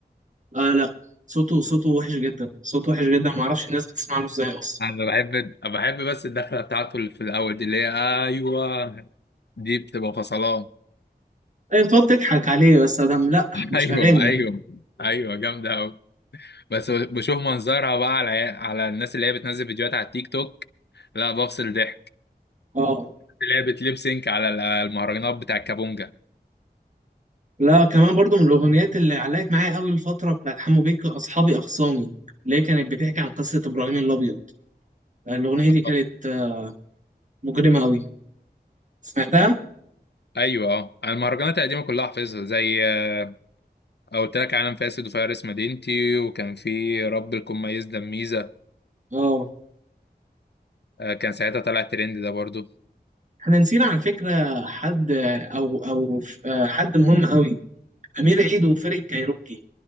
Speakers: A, on the right (about 45°); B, on the left (about 80°).
A: آه لا صوته صوته وحش جدا صوته وحش جدا ما اعرفش الناس بتسمع له ازاي اصلا
B: انا بحب بحب بس الدخله بتاعته اللي في الاول دي اللي هي ايوه دي بتبقى فصلان
A: ايوه بتقعد تضحك عليه بس ادم لا
B: <laughs>
A: مش
B: ايوه
A: اغاني
B: ايوه ايوه جامده قوي بس بشوف منظرها بقى على على الناس اللي هي بتنزل فيديوهات على التيك توك لا بفصل ضحك
A: اه
B: اللي هي بتليب سينك على ال- المهرجانات بتاع الكابونجا
A: لا كمان برضو من الاغنيات اللي علقت معايا قوي الفتره بتاعت حمو بيكا اصحابي اخصامي اللي هي كانت بتحكي عن قصه ابراهيم الابيض الاغنيه
B: آه،
A: دي كانت آه، مجرمه قوي سمعتها
B: ايوه اه انا المهرجانات القديمه كلها حافظها زي آه، قلت لك عالم فاسد وفارس مدينتي وكان في رب الكون ميز دميزه
A: اه
B: آه، كان ساعتها طلع ترند ده برضو
A: احنا نسينا على فكره حد آه، او او آه، حد مهم قوي امير عيد وفرقه كايروكي